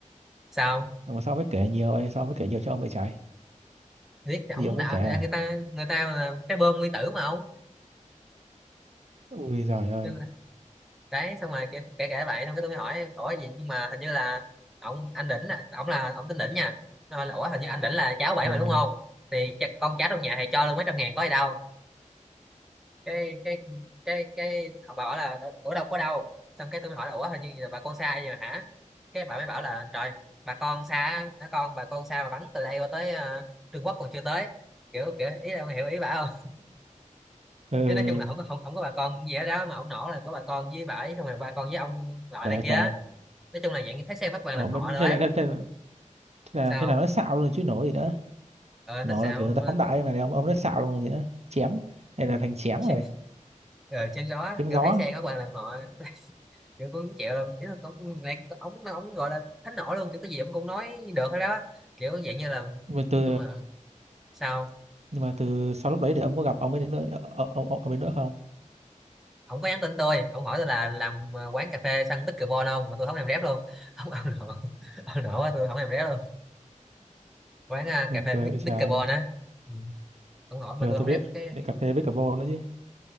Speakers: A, in the centre; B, on the right (about 55°).
A: sao
B: mà sao mới kể nhiều vậy sao mới kể nhiều cho ông vậy trời
A: biết thì ông
B: gì ông
A: đã
B: cũng kể à
A: người ta người ta mà trái bơm nguyên tử mà ông
B: ui giời
A: Cho
B: ơi
A: nên đấy xong rồi kể kể kể vậy xong cái tôi mới hỏi ủa gì nhưng mà hình như là ông anh đỉnh là ông là ông tên đỉnh nha nó hỏi là ủa hình như anh đỉnh là cháu bảy
B: ừ.
A: mà đúng không thì cha- con cháu trong nhà thì cho luôn mấy trăm ngàn có gì đâu cái cái cái cái ông bảo là đâu- ủa đâu có đâu xong cái tôi mới hỏi là ủa hình như là bà con xa vậy mà hả cái bà mới bảo là trời bà con xa á, hả con bà con xa mà bắn từ đây qua tới ờ, Trung Quốc còn chưa tới kiểu kiểu ý là ông hiểu ý bà không
B: ừ.
A: chứ nói chung là không có không, không có bà con gì hết đó mà ông nổ là có bà con với bà ấy không là bà con với ông loại
B: Trời
A: này
B: ơi
A: kia
B: trời
A: nói chung là dạng như thấy xe bắt bằng
B: Ủa,
A: làm họ
B: mà
A: rồi
B: thế
A: ấy
B: là thế, thế, là- thế là
A: sao
B: thế là nói xạo luôn rồi chứ nổ gì nữa
A: ờ
B: nổ
A: nó sao
B: là kiểu người ta
A: ờ,
B: phóng đại
A: nó...
B: mà ông ông nói xạo luôn rồi gì nữa chém hay là thành chém
A: <laughs>
B: rồi
A: ờ, trên đó
B: chém
A: kiểu
B: gió
A: thấy xe bắt bằng làm họ <laughs> kiểu cũng chịu lắm ý là cũng này ống nó ống gọi là thánh nổ luôn kiểu cái gì ông cũng nói được hết đó kiểu dạng như là
B: nhưng mà từ
A: nói chung là sao
B: nhưng mà từ sau lúc đấy thì ông có gặp ông ấy đến nữa ông ông, ông ấy nữa không
A: ông có nhắn tin tôi ông hỏi tôi là làm ờ, quán cà phê săn pickleball không mà tôi không làm rep luôn <laughs> ông ông nổ ông nổ quá, tôi không làm rep luôn quán ờ,
B: mình
A: cà phê
B: cười
A: pick-
B: ôi trời
A: pickleball á ừ. ông hỏi
B: Ờ,
A: mà tôi
B: tôi
A: không rep
B: biết
A: cái
B: để cà phê với cà bô nữa chứ